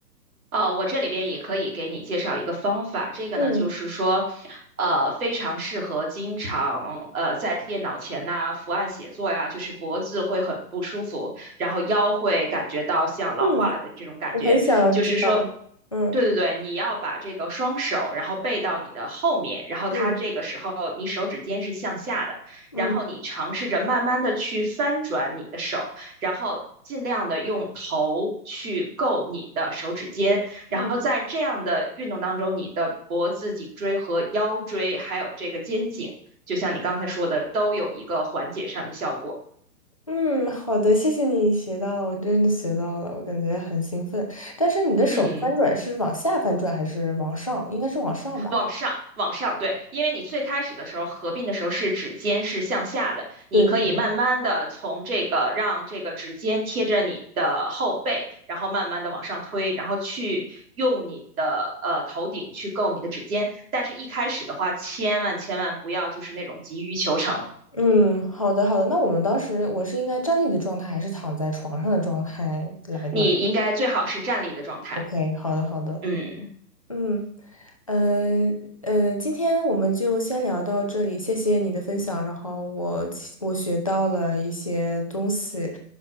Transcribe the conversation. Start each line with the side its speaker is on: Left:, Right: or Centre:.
Right: 哦，我这里边也可以给你介绍一个方法，这个呢就是说，
Left: 嗯
Right: 呃，非常适合经常呃在电脑前呐、伏案写作呀，就是脖子会很不舒服，然后腰会感觉到像老化了的这种感觉，
Left: 嗯，我很想知道，
Right: 就是说。
Left: 嗯
Right: 对对对，你要把这个双手，然后背到你的后面，然后它这个时候你手指尖是向下的，
Left: 嗯。嗯
Right: 然后你尝试着慢慢的去翻转你的手，然后尽量的用头去够你的手指尖，然后在这样的运动当中，
Left: 嗯。
Right: 你的脖子、颈椎和腰椎，还有这个肩颈，就像你刚才说的，都有一个缓解上的效果。
Left: 嗯，好的，谢谢你学到了，我真的学到了，我感觉很兴奋。但是你的手翻转是往下翻转还是往上？
Right: 嗯，
Left: 应该是往上吧？
Right: 往上，往上，对，因为你最开始的时候合并的时候是指尖是向下的，你可以慢慢的从这个让这个指尖贴着你的后背，
Left: 对的，
Right: 然后慢慢的往上推，然后去用你的呃头顶去够你的指尖。但是，一开始的话，千万千万不要就是那种急于求成，
Left: 嗯，好的，好的。那我们当时我是应该站立的状态还是躺在床上的状态来锻炼
Right: 你应该最好是站立的状态。
Left: ？OK，好的，好的。
Right: 嗯，
Left: 嗯，呃呃，今天我们就先聊到这里，谢谢你的分享，然后我我学到了一些东西，